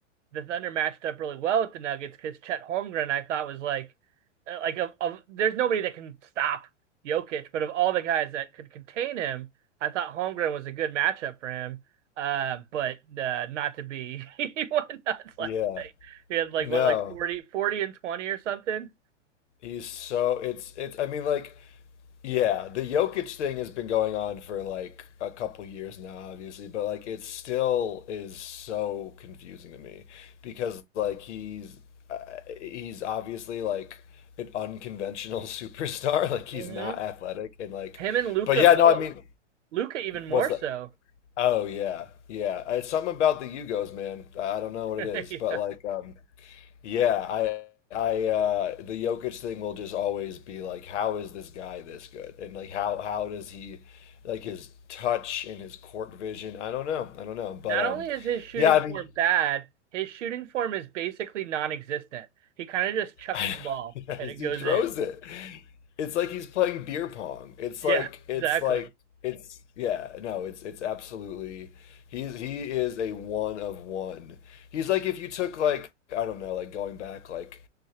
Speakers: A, on the right (about 75°); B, on the left (about 70°).
A: the Thunder matched up really well with the Nuggets because Chet Holmgren I thought was like uh, like of, of there's nobody that can stop Jokic, but of all the guys that could contain him, I thought Holmgren was a good matchup for him. Uh, but uh, not to be, <laughs> he went nuts last
B: yeah.
A: night. He had like
B: No,
A: what like forty forty and twenty or something.
B: he's so it's it's. I mean, like Yeah, the Jokic thing has been going on for like a couple years now, obviously, but like it still is so confusing to me because like he's uh, he's obviously like an unconventional <laughs> superstar. Like he's
A: Mm-hmm.
B: not athletic and like,
A: Him and Luca
B: but yeah,
A: both.
B: no, I mean,
A: Luca even more
B: what's that?
A: so.
B: Oh yeah, yeah. Uh, It's something about the Yugos, man. I don't know
A: <laughs>
B: what it is,
A: yeah.
B: but like, um, yeah, I I uh the Jokic thing will just always be like how is this guy this good? And like how how does he like his touch and his court vision? I don't know. I don't know. But
A: Not
B: um
A: only is his shooting
B: yeah, I
A: form
B: mean
A: bad, his shooting form is basically non-existent. He kind of just chucks
B: <laughs>
A: the ball
B: yeah,
A: and it
B: he
A: goes
B: throws
A: in.
B: it. It's like he's playing beer pong. It's
A: Yeah,
B: like it's
A: exactly.
B: like it's yeah, no, it's it's absolutely he's he is a one of one. He's like if you took like I don't know, like going back like